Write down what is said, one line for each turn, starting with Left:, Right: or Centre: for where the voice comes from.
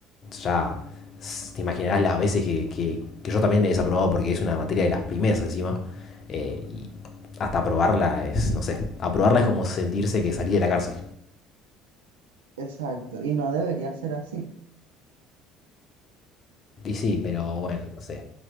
Left: ya te imaginarás las veces que, que- que yo también he desaprobado porque es una materia de las primeras encima, eh, y hasta aprobarla es, no sé, aprobarla es como sentirse que salí de la cárcel.
Right: exacto. Y no debería ser así.
Left: Y sí, pero bueno, no sé.